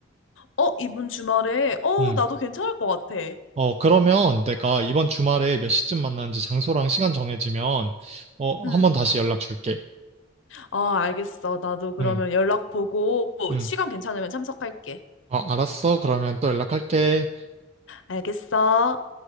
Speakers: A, on the left; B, on the right.
A: 어, 이번 주말에, 어,
B: 음.
A: 나도 괜찮을 것 같아.
B: 어, 그러면 내가 이번 주말에 몇 시쯤 만나는지 장소랑 시간 정해지면, 어,
A: 응.
B: 한번 다시 연락 줄게.
A: 어, 알겠어. 나도 그러면
B: 응.
A: 연락 보고
B: 응.
A: 시간 괜찮으면 참석할게.
B: 어, 알았어. 그러면 또 연락할게.
A: 알겠어.